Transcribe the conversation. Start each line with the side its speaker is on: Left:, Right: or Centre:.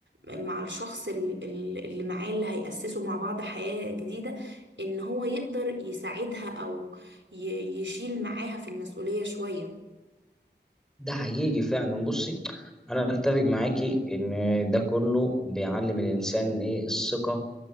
Right: مع الشخص ال- ال- اللي معاه اللي هيأسسوا مع بعض حياة جديدة ان هو يقدر يساعدها او ي- يشيل معاها في المسؤولية شوية
Centre: ده حقيقي فعلا بصي انا اتفق معاكي ان ده كله بيعلم الانسان ايه الثقه